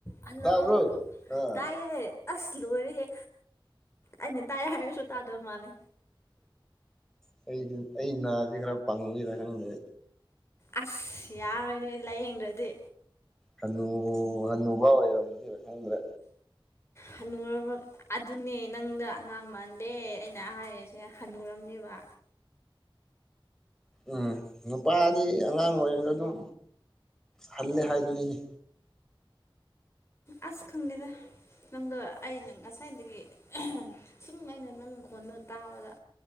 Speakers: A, on the left (about 30°); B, in the centre.
A: Hello
B: ꯇꯥꯕ꯭ꯔꯣ ꯑꯥ
A: ꯇꯥꯏꯌꯦ ꯑꯥꯁ ꯂꯣꯏꯔꯦꯍꯦ ꯑꯩꯅ ꯇꯥꯏ ꯍꯥꯏꯔꯁꯨ ꯇꯥꯗꯕꯥ ꯃꯥꯜꯂꯦ
B: ꯍ° ꯍꯦ ꯑꯩꯒꯤ ꯑꯩ ꯅꯥꯁꯦ ꯈꯔ ꯄꯪꯉꯤꯔꯥ ꯈꯪꯗꯦ
A: ꯑꯥꯁ ꯌꯥꯔꯣꯏꯅꯦ ꯂꯥꯏꯌꯦꯡꯗ꯭ꯔꯗꯤ
B: ꯍꯟꯅꯨ ꯍꯟꯅꯨꯕꯥ ꯑꫭꯏꯕꯒꯤꯔꯥ ꯈꯪꯗ꯭ꯔꯦ
A: ꯍꯅꯨꯔꯕꯥ ꯑꯗꯨꯅꯦ ꯅꯪꯅꯥ ꯑꯉꯥꯡ ꯃꯥꯟꯗꯦ ꯑꯩꯅ ꯍꯥꯏꯔꯤꯁꯦ ꯍꯟꯅꯨꯔꯝꯅꯦꯕꯥ
B: ꯎꯝ ꯅꯨꯄꯥꯗꯤ ꯑꯉꯥꯡ ꯑꯣꯏꯔꯁꯨ ꯑꯗꯨꯝ ꯍꯜꯂꯦ ꯍꯥꯏꯗꯨꯅꯤꯅꯦ
A: ꯑꯥꯁ ꯈꯪꯗꯦ ꯗꯥ ꯅꯪꯗꯣ ꯑꯩꯅꯥ ꯉꯁꯥꯏꯗꯒꯤ ꯁꯨꯝ ꯑꯩꯅ ꯅꯪ ꯈꯣꯟꯗꫭ ꯇꯥꯕꯗ